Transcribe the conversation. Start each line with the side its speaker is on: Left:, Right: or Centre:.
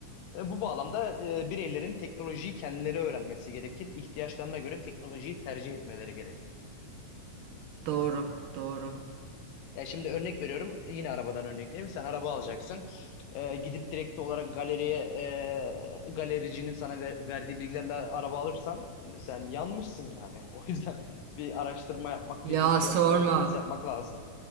Left: E, bu bağlamda e, bireylerin teknolojiyi kendileri öğrenmesi gerekir. İhtiyaçlarına göre teknolojiyi tercih etmeleri gerekir.
Right: Doğru, doğru.
Left: Ya şimdi örnek veriyorum. Yine arabadan örnek vereyim. Sen araba alacaksın. Ee, gidip direkt olarak galeriye e, galericinin sana ver- verdiği bilgilerle araba alırsan e, sen yanmışsın yani. <laughs> O yüzden bir araştırma yapmak,
Right: Ya
Left: pi- piyasa
Right: sorma.
Left: araştırması yapmak lazım.